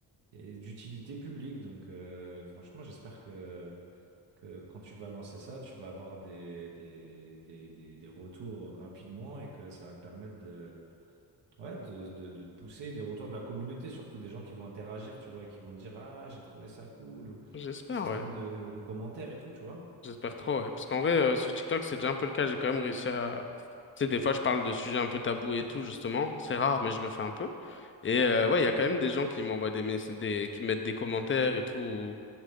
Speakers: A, on the right; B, on the left.
A: et d'utilité publique. Donc, euh, franchement, j'espère que, que quand tu vas lancer ça, tu vas avoir des, des, des, des, des retours rapidement et que ça va te permettre de, ouais, de, de, de te pousser, des retours de la communauté, surtout des gens qui vont interagir, tu vois, et qui vont te dire, Ah, j'ai trouvé ça cool, ou
B: J'espère,
A: système
B: ouais.
A: de, de commentaires et tout, tu vois.
B: J'espère trop, ouais. Parce qu'en vrai, euh, sur TikTok, c'est déjà un peu le cas. J'ai quand même réussi à... Tu sais, des fois, je parle de sujets un peu tabous et tout, justement. C'est rare, mais je le fais un peu. Et euh, ouais, il y a quand même des gens qui m'envoient des, mess- des... qui mettent des commentaires et tout, ou